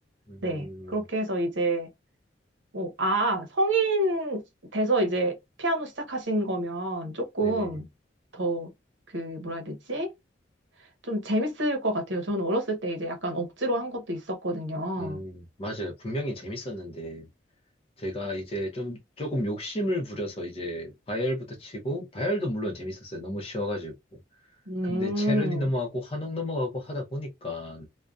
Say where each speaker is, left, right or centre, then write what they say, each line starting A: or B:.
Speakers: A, on the left; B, on the right.
A: 음,
B: 네. 그렇게 해서 이제 오, 아, 성인 돼서 이제 피아노 시작하신 거면 조금
A: 네네.
B: 더 그, 뭐라 해야 되지? 좀 재밌을 것 같아요. 저는 어렸을 때 이제 약간 억지로 한 것도 있었거든요.
A: 음, 맞아요. 분명히 재밌었는데, 제가 이제 좀, 조금 욕심을 부려서 이제 바이엘부터 치고, 바이엘도 물론 재밌었어요. 너무 쉬워가지고.
B: 음,
A: 근데 체르니 넘어가고, 한옥 넘어가고 하다 보니까,